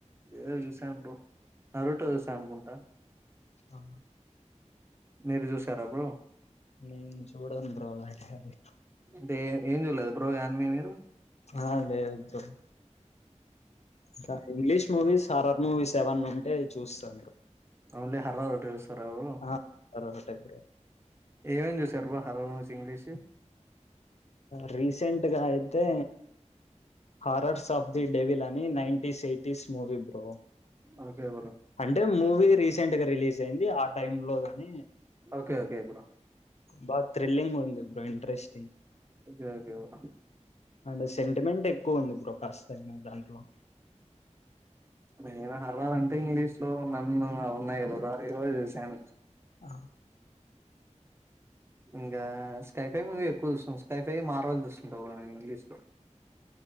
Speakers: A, on the right; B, on the left.
A: ఏదో చూసాను బ్రో. ఆ రొట్టె దోసె అనుకుంటా.
B: ఆ
A: మీరు చూశారా బ్రో.
B: నేను చూడంను బ్రో అలాంటివి.
A: అ ఏం చూడలేదు బ్రో యనిమవి.
B: ఆ లేేదు సా క English movies are are movies ఏవన్నుంటే చూస్తా
A: అవున్లే హర్రర్ ట్రెవ్స్ రావు
B: ఆ ఒకటే బ్రో
A: ఏమేం చూస్ సర్వ హర్రర్ మూవీస్ ఇంగ్లీష్
B: రీసెంట్ గా అయితే హారర్స్ ఆఫ్ ది డేవిల్ అని నైటిన్టీన్స్ యైటీస్ మూవీ బ్రో
A: ఓ కేమల
B: అంటే మూవీ రీసెంట్ గ రిలీజ్ అయింది ఆ టైమ్ లో గాని
A: ఓకే ఓకే బ్రో
B: బ థ్రిలింగ్ ఫ్రెండ్ ట్రెస్
A: okay okay bro
B: and sentiment కువ ఉంది కాస్త అయినా దాంట్లో
A: నేను హర్రర్ అంటే ఇంగ్లీష్ లో నన్ను అవున ఎరోరా ఏరో చూసాను
B: ఆ
A: ఇంకా స్కైఫై మూవీ ఎక్కువ చూసం స్కైఫై మార్వల్ చూస్తుంటా ఇంగ్లీషులో